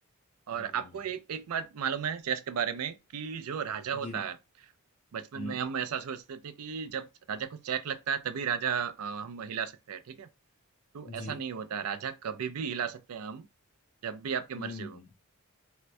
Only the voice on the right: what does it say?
और
आपको एक एक बात मालूम है चेस के बारे में कि जो राजा होता
है, बचपन
में हम ऐसा सोचते थे कि जब राजा को चेक लगता है तभी राजा अ, हम हिला सकते हैं, ठीक है? तो
ऐसा नहीं होता, राजा कभी भी हिला सकते हैं हम, जब भी आपकी
मर्ज़ी हो।